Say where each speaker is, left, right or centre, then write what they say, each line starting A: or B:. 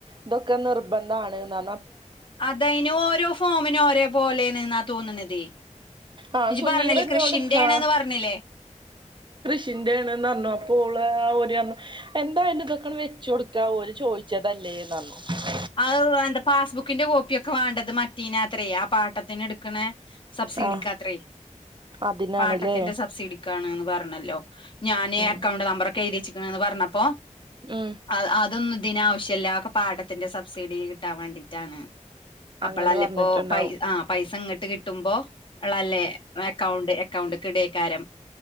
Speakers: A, on the right (about 40°); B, on the left (about 40°).
A: ഇതൊക്കെ നിർബന്ധണ്ന്നു പറ
B: അത് അയിന് ഓരോ ഫോമിനും ഓരേ പോലെയാണ് എന്ന് തോന്നുണത്,
A: ആ
B: ഇജ്ജ്
A: സുനീറിനോട്
B: പറഞ്ഞില്ലേ കൃഷിന്റെ
A: ആ
B: ആണ്ന്ന് പറഞ്ഞില്ലേ.
A: ശിന്റെയാണുന്നു പറഞ്ഞു അപ്പ ഓള് ആ ഓര് പറഞു എന്തായാലും ഇതൊക്കെ വെച്ച് കൊടുക്കാ ഓര് ചോദിച്ചതല്ലേന്നു പറഞു
B: അത് അന്റെ പാസ്ബുക്കിന്റെ കോപ്പിയൊ ഒക്കെ വേണ്ടത് മ തീനാ ത്രേ ആ പാട്ടത്തിന് എടുക്കണ സബ്സിഡിക്ക്
A: ആ
B: ആത്രേ
A: അതിനാണല്ലേ
B: പാട്ടത്തിന്റെ സബ്സിഡിക്കാണ്ന്നു പറഞല്ലോ ഞാന്
A: ഉം
B: അക്കൗണ്ട് നമ്പർ ക്കെഴുതി വെച്ചി ന്ന് പറഞ്ഞപ്പോ
A: ഉം
B: അ അതൊന്നു അതിന് ആവശ്യല്ല അതൊക്കെ പാട്ട ത്തിന്റെ സബ്സിഡി കിട്ടാൻ വേണ്ടിയിട്ടാണ് അപ്പളല്ലേ
A: അങ്ങനെ പറഞ്ഞിട്ടുണ്ടാവും
B: ഇപ്പോ പൈസ ആ പൈസ ഇങ്ങോട്ട് കിട്ടുമ്പോ ഉള്ളല്ലേ അക്കൗണ്ട് അക്കൗണ്ട് കിടെക്കാരം